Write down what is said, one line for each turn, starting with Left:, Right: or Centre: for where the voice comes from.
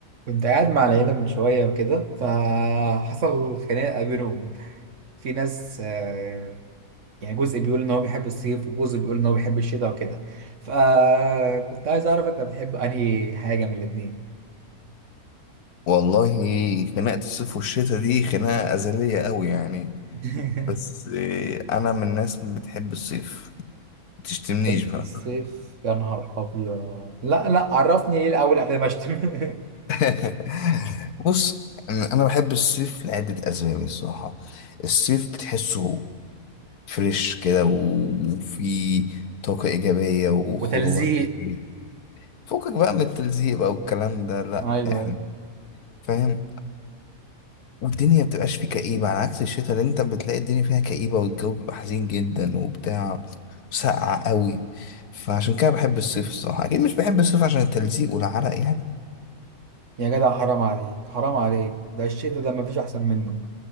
Right: كنت قاعد مع العيلة من شوية وكده فحصل خناقة بينهم في ناس آه، يعني جزء بيقول إن هو بيحب الصيف وجزء بيقول إن هو بيحب الشتاء وكده فكنت عايز أعرف أنت بتحب أنهي حاجة من الاتنين
Left: والله خناقة الصيف والشتاء دي خناقة أزلية قوي يعني
Right: <laughs>
Left: بس إيه، أنا من الناس اللي بتحب الصيف ما تشتمنيش
Right: بحب
Left: بقى
Right: الصيف يا نهار أبيض لا لا عرفني ليه الأول قبل ما أشتم <laughs>
Left: <laughs> بص أنا أنا بحب الصيف لعدة أسباب الصراحة الصيف بتحسه فريش كده وفي طاقة إيجابية وخروجات
Right: وتلزيق
Left: كتير فكك بقى من التلزيق بقى والكلام ده لأ
Right: أيوه أيوه.
Left: يعني فاهم والدنيا بتبقاش فيه كئيبة على عكس الشتاء اللي انت بتلاقي الدنيا فيها كئيبة والجو بيبقى حزين جدا وبتاع ساقعة قوي فعشان كده بحب الصيف الصراحة أكيد مش بحب الصيف عشان التلزيق والعرق يعني
Right: يا جدع حرام عليك حرام عليك ده الشتاء ده مفيش أحسن منه